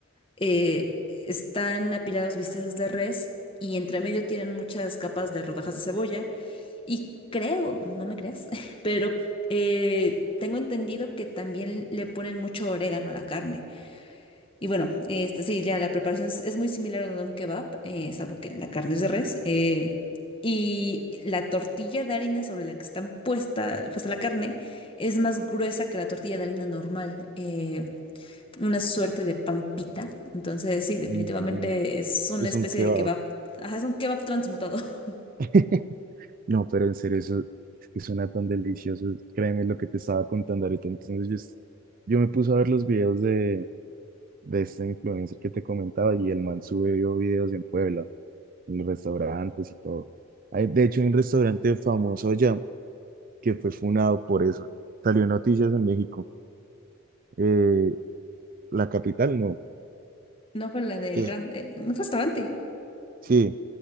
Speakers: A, on the left; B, on the right.
A: eh, están apilados bisteces de res y entre medio tienen muchas capas de rodajas de cebolla. Y creo, no me creas, <laughs> pero eh, tengo entendido que también le ponen mucho orégano a la carne. Y bueno, este, sí, ya la preparación es es muy similar a un kebab, eh, salvo que la carne es de res. eh, y la tortilla de harina sobre la que está puesta, puesta la carne es más gruesa que la tortilla de harina normal. eh, una suerte de pampita. Entonces, sí, definitivamente
B: Mm,
A: es una
B: es
A: especie
B: un kebab.
A: de kebab. Ajá, es un kebab transmutado. <laughs>
B: <laughs> No, pero en serio, eso es que suena tan delicioso. Créeme lo que te estaba contando ahorita. Entonces yo, es- yo me puse a ver los videos de, de este influencer que te comentaba y el man subió videos en Puebla, en los restaurantes y todo. Hay, de hecho, hay un restaurante famoso allá que fue funado por eso. Salió en noticias en México. eh, la capital, no,
A: No fue la del
B: que
A: grande,
B: es,
A: un restaurante.
B: sí,